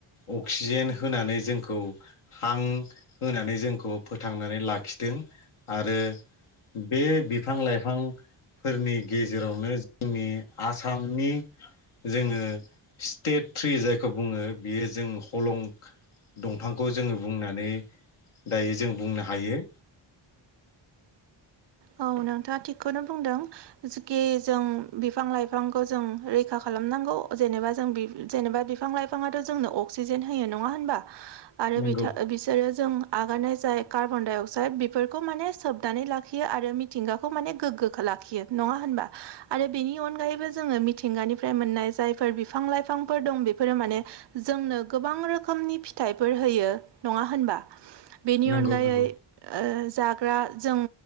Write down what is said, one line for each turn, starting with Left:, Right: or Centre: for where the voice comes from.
Left: अक्सिजेन होनानै जोंखौ हां होनानै जोंखौ फोथांनानै लाखिदों आरो बे बिफां लाइफां फोरनि गेजेरावनो जोंनि आसामनि जोङो स्टेट थ्रि जायखौ बुङो बियो जों हलं दंफांखौ जोङो बुंनानै दायो जों बुंनो हायो
Right: औ नोंथाङा थिगखौनो बुंदों ि जों बिफां लाइफांखौ जों रैखा खालामनांगौ जेनेबा जों जेनेबा बिफां लाइफां बिफाङआथ' जोंनो अक्सिजेन होयो नङा होनबा आरो
Left: नंगौ
Right: बिथां बिसोरो जों आगारनाय जाय कार्बन डाइ अक्साइद बेफोरखौ माने सोबनानै लाखियो आरो मिथिंगाखौ माने गोग्गोखौो लाखियो नङा होनबा आरो बेनि अनगायैबो जोङो मिथिंगानिफ्राय मोननाय जायफोर बिफां लाइफांफोर दं बेफोरो माने जोंनो गोबां रोखोमनि फिथाइफोर होयो नङा होनबा बेनि
Left: नंगौ
Right: अनगायै
Left: नंगौ
Right: जाग्रा जों